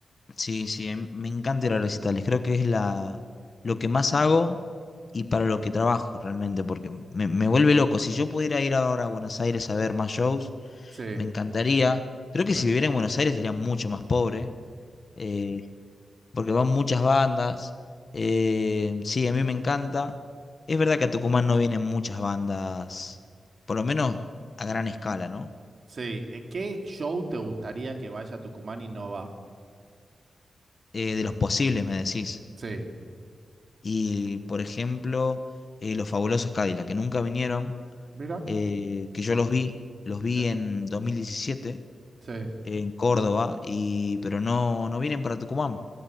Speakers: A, on the left (about 40°); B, on the right (about 45°).
A: Sí, sí, em- me encanta ir a recitales. Creo que es la, lo que más hago y para lo que trabajo realmente, porque me, me vuelve loco. Si yo pudiera ir ahora a Buenos Aires a ver más shows,
B: Sí.
A: me encantaría. Creo
B: <laughs>
A: que si viviera en Buenos Aires estaría mucho más pobre, eh, porque van muchas bandas. Eh, sí, a mí me encanta. Es verdad que a Tucumán no vienen muchas bandas, por lo menos a gran escala, ¿no?
B: Sí. Eh, ¿Qué show te gustaría que vaya a Tucumán y no va?
A: Eh, de los posibles, me decís.
B: Sí.
A: Y, por ejemplo, eh, los fabulosos Cadillac, que nunca vinieron,
B: Mira.
A: eh, que yo los vi, los vi
B: Sí.
A: en 2017
B: Sí.
A: en Córdoba, y, pero no, no vienen para Tucumán.